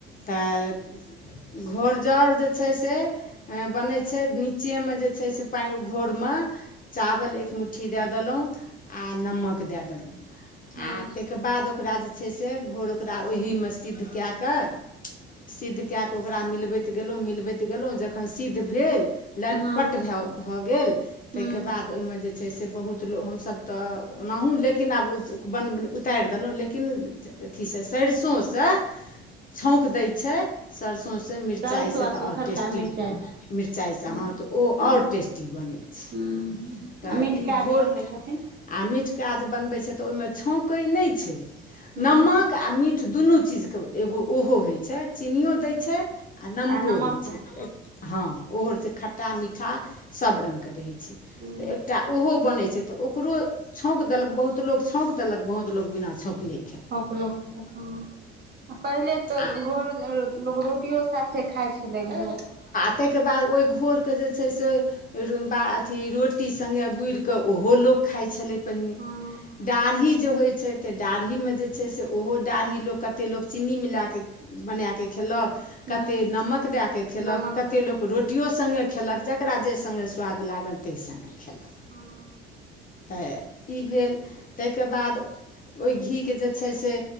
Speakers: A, on the left (about 30°); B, on the right (about 35°).
A: तऽ घोरजाउर जे छै से बनै छै निचे मे जे छैय पाइ घोर मऽ चावल एक मुट्ठी दै देलहुँ आ नमक दै देलहुँ
B: हँ
A: आ ताइकऽ बाद ओकरा जे छै से घोर ओकरा ओही मऽ सिद्ध कैय कऽ सिद्ध कैय कऽ ओकरा मिलबैत गेलहुँ मिलबैत गेलहुँ जखन सिद्ध भेल लटपट
B: हँ
A: भैय भऽ गेल ताहिकेँ
B: हुँ
A: बाद तऽ ओहिमे जे छै से बहुत लोक हमसभ तऽ ओनाहुँ लेकिन आब बन उतारि देलहुँ लेकिन अथी सँ सरिसो सँ छौँक दै छै सरिसो सँ मिरचाइ
B: सरसो
A: सँ
B: आ सुखलका
A: तऽ आओर टेस्टी
B: मिरचाइ
A: मिरचाइ सँ
B: हुँ
A: हँ तऽ ओ
B: हुँ
A: आओर टेस्टी बनै छै
B: हुँ
A: तऽ
B: आ मिठका
A: ई घोर
B: जे बनबै छथिन
A: आ मिटिका जे बनबै छै तऽ ओहि मऽ छौकै नय छै
B: हुँ
A: नमक आ मीठ दुनू चीज कऽ एगो ओहो होइ छै चीनीयो दै छै आ नमको
B: नमक
A: दै
B: हुँ
A: छै हँ ओहो रहै छै खट्टा मीठा सब रंग कऽ रहै छै
B: हुँ
A: तऽ एकटा ओहो बनै छै तऽ ओकरो छौक देलक बहुत लोक छौक देलक बहुत लोक बिना छौकले
B: छौक लोक देलक हँ पहिले तऽ
A: आ
B: घोर लोक रोटियो सा थे खाय छलै घोर
A: ताहि केँ बाद ओहि घोर कऽ जे छै से रो बा अथि रोटी संगे गुइर कऽ ओहो लोक खाइ छलै पहिने
B: हँ
A: दडाढ़ी जे होइ छै तऽ डाढ़ीमे जे छै से ओहो डाढ़ी लोक कते लोक चीनी मिला कऽ बनाए कऽ खेलक
B: हँ
A: कतेक नमक दै कऽ खेलक
B: नमक
A: कते
B: द
A: लोक रो टियो संगे खेलक जेकरा जेहि संगे स्वाद लागल ताहि संगे खेलक
B: हँ
A: तऽ ई भेल ताहि केँ बाद ओहि घी केँ जे छै से